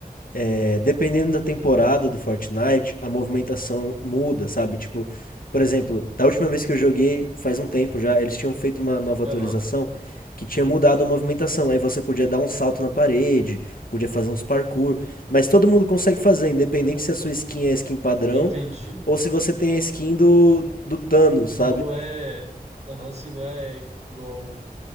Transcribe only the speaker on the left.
é, dependendo da temporada do Fortnite, a movimentação muda, sabe? Tipo, por exemplo, da última vez que eu joguei, faz um tempo já, eles tinham feito uma nova
atualização que tinha mudado a movimentação. Aí você podia dar um salto na parede, podia fazer uns parkour, mas todo mundo consegue fazer, independente se a sua skin é a skin padrão
ou se você tem a skin do, do Thanos, sabe?